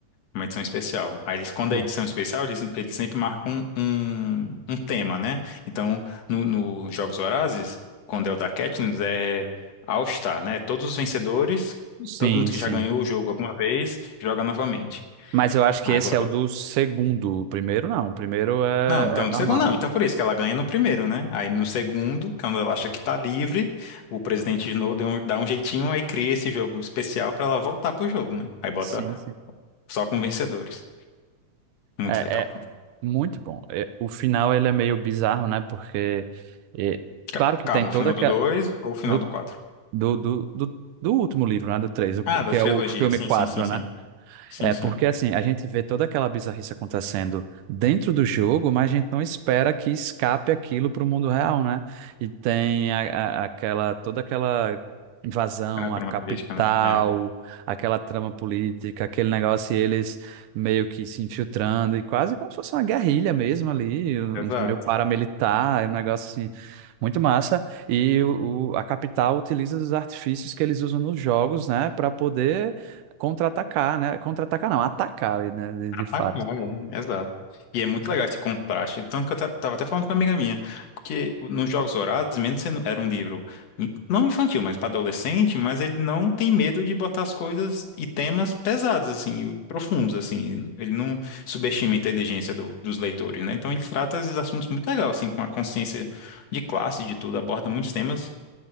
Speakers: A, on the left (about 60°); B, on the right (about 80°).
A: Uma edição especial. Aí eles, quando
B: Bom,
A: é edição especial, eles, eles sempre marcam um, um tema, né? Então, no, no Jogos Vorazes, quando é o da Katniss, é All Star, né? Todos os vencedores,
B: Sim,
A: todo mundo
B: sim.
A: que já ganhou o jogo alguma vez, joga novamente.
B: Mas eu acho
A: Agora,
B: que esse é o
A: o-
B: do segundo. O primeiro não. O primeiro é,
A: não, então
B: é normal.
A: do segundo não, então por isso que ela ganha no primeiro, né? Aí no segundo, quando ela acha que tá livre, o presidente Snow deu um- dá um jeitinho, aí cria esse jogo especial pra ela voltar pro jogo, né? Aí bota
B: sim, sim.
A: só com vencedores. Muito
B: É,
A: legal.
B: é muito bom. É, o final ele é meio bizarro, né? Porque é,
A: Ca-
B: claro que
A: Calma,
B: tem toda
A: o final
B: aquela
A: do 2 ou o final
B: do,
A: do quatro
B: do, do, do, do último livro, né? Do três, o
A: Ah, da
B: que
A: trilogia.
B: é o filme
A: Sim,
B: 4,
A: sim, sim, sim.
B: né?
A: Sim,
B: É
A: sim.
B: porque assim, a gente vê toda aquela bizarrice acontecendo dentro do jogo, mas a gente não espera que escape aquilo para o mundo real, né? E tem a- a- aquela toda aquela invasão
A: É na trama
B: à capital,
A: política, né?
B: aquela trama política, aquele negócio e eles meio que se infiltrando e quase como se fosse uma guerrilha mesmo ali, um-
A: É. Exato.
B: meio paramilitar, é um negócio assim muito massa. E o, o- a capital utiliza os artifícios que eles usam nos jogos, né, para poder Contra-atacar, né? Contra-atacar não, atacar, né? De, de fato.
A: Ah, cara, né? Exato. E é muito legal esse contraste. Tanto que eu ta- tava até falando com uma amiga minha. Porque nos Jogos Vorazes, mesmo sendo era um livro in- não infantil, mas para adolescente, mas ele não tem medo de botar as coisas e temas pesados, assim, e profundos, assim. Ele não subestima a inteligência do- dos leitores, né? Então ele trata esses assuntos muito legal, assim, com a consciência de classe, de tudo, aborda muitos temas